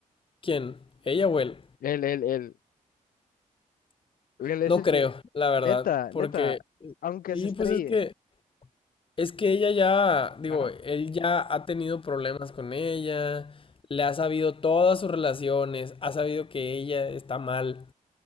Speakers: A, on the left; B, on the left.
A: ¿Quién? ¿Ella o él?
B: Él, él, él, él es
A: No
B: el
A: creo,
B: que,
A: la verdad,
B: neta,
A: porque,
B: neta, aunque
A: y
B: se estrelle,
A: pues es que, es que ella ya, digo,
B: ajá,
A: él ya ha tenido problemas con ella, le ha sabido todas sus relaciones, ha sabido que ella está mal,